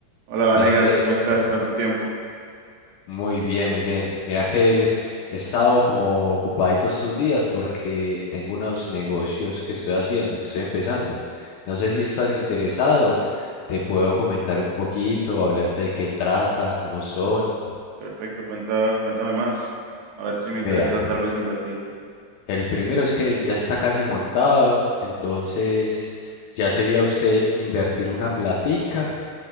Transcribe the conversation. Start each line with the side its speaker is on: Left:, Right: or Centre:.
Right: Hola Vanegas,
Left: Hola Andrés,
Right: ¿cómo estás? ¿Cuánto tiempo?
Left: muy bien, muy bien. Mira que he estado como ocupadito estos días porque tengo unos negocios que estoy haciendo, que estoy empezando. No sé si estás interesado, te puedo comentar un poquito, hablarte de qué trata, cómo son.
Right: Perfecto, cuenta, cuéntame más. A ver si me interesa
Left: Vea,
Right: tal vez invertir.
Left: el primero es que ya está casi montado, entonces ya sería usted invertir una platica